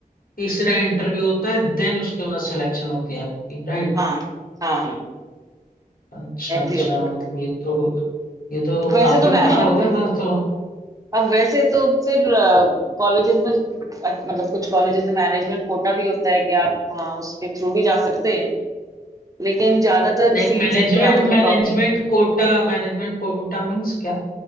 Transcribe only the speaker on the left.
तीसरा इंटरव्यू होता है देन उसके बाद सिलेक्शन होती है आपकी राइट
अच्छा
अच्छा
मतलब ये तो ये तो
काफी
बड़ा हो गया फिर
तो
Like
management
management quota मैनेजमेंट कोटा मींस क्या